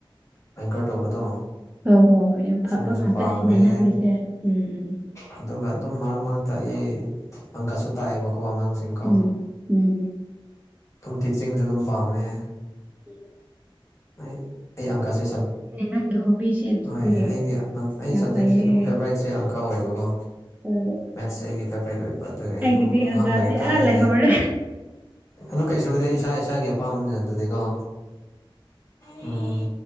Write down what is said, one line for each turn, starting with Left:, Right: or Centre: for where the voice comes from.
Left: ꯑꯦꯡꯀꯔ ꯇꯧꯕꯗꯣ
Right: ꯍꯣꯏ ꯍꯣꯏ ꯍꯣꯏ ꯌꯥꯝ
Left: ꯁꯨꯝꯕꯁꯨ
Right: ꯐꯕ ꯉꯥꯛꯇꯅꯦꯅꯦ
Left: ꯄꯥꯝꯃꯦ
Right: ꯅꯪꯒꯤꯁꯦ ꯎꯝ ꯎꯝ ꯎꯝ
Left: ꯑꯗꯨꯒ ꯑꯗꯨꯝ ꯃꯔꯛ ꯃꯔꯛꯇ ꯑꯩ ꯑꯪꯀꯁꯨ ꯇꯥꯛꯑꯦꯕꯀꯣ ꯑꯉꯥꯡꯁꯤꯡꯀꯣ
Right: ꯎꯝ ꯎꯝ ꯎꯝ
Left: ꯆꯤꯡꯁꯨ ꯑꯗꯨꯝ ꯄꯥꯝꯃꯦ
Right: ꯎꯝ
Left: ꯍ <inaudible> ꯑꯩ ꯑꯪꯀꯁꯦ
Right: ꯅꯪꯒꯤ ꯍꯣꯕꯤꯁꯦ ꯑꯗꯨꯗꯤ
Left: ꯍꯣꯏ ꯑꯩꯒꯤ
Right: ꯑꯁ
Left: ꯑꯩ
Right: ꯌꯥꯝ
Left: ꯁꯕꯖꯦꯛꯁꯦ
Right: ꯐꯩꯌꯦ
Left: ꯑꯗꯨꯝ ꯐꯦꯕꯣꯔꯥꯏꯠꯁꯦ ꯑꯣꯏꯕꯒꯣ
Right: ꯑꯣ
Left: ꯃꯦꯠꯁꯁꯦ ꯑꯩꯒꯤ ꯐꯦꯚꯔꯥꯏꯠ ꯑꯣꯏꯕ ꯑꯗꯨꯒ ꯑꯩ
Right: ꯑꯩꯒꯤꯗꯤ
Left: ꯑꯗꯨꯝ ꯑꯉꯥꯡ
Right: ꯑꯪꯀꯗꯤ
Left: ꯂꯥꯏꯔꯤꯛ ꯇꯥꯛꯑꯦ
Right: ꯑꯥ ꯂꯩꯍꯧꯔꯦ
Left: ꯑꯗꯨ ꯀꯩꯁꯨꯒꯤꯗ ꯏꯁꯥ ꯏꯁꯥꯒꯤ ꯑꯄꯥꯝꯕꯅꯤꯅ ꯑꯗꯨꯗꯤꯀꯣ ꯎꯝ